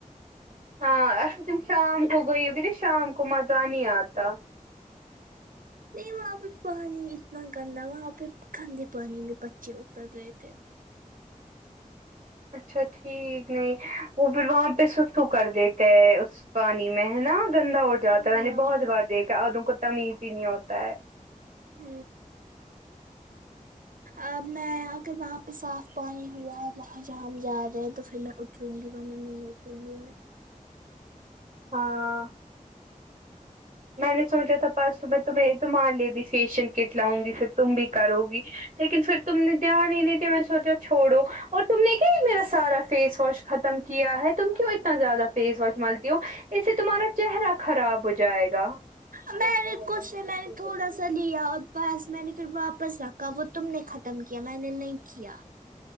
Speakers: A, on the right (about 45°); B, on the right (about 85°).
A: ہاں اچ تم شام کو گ ب شام کو مز نہیں آتا
B: نہیں وہاں پہ پانی اتنا گندا وہاں پہ گندے پانی میں بچے اتر رہے تھے
A: اچھا ٹھیک نہیں وہ پھر وہاں پہ سسو کر دیتے ہے پانی میں ہے نا گندا ہو جاتا
B: ہاں
A: ہے میں نے بہت بار دیکھا ادوں کو تمیز ہی نہیں ہوتا ہے
B: ہ ا میں میں اگر وہاں پہ صاف پانی ہوا ہے وہاں جہ ہم جا رہے ہیں تو پھر میں اتروں گی ورنہ نہیں اتروں گی میں
A: ہاں میں نے سوچا تھا پرس میں تمہے تو مان لیے دی فیشیل کٹ لاؤں گی پھر تم بھی کرو گی لیکن پھر تم نے دھیان ہی نہیں دیا میں سوچا چھوڑو اور تم نے کیا میرا سارا فیس واش ختم کیا ہے تم کیوں اتنا زیادہ فیس واش مالتی ہو اس سے تمہارا چہرہ خراب ہو جائے گا <inaudible>
B: میں نے کچھ نہیں میں نے تھوڑا سا لیا اور بس میں نے پھر واپس رکھا وہ تم نے ختم کیا میں نے نہیں کیا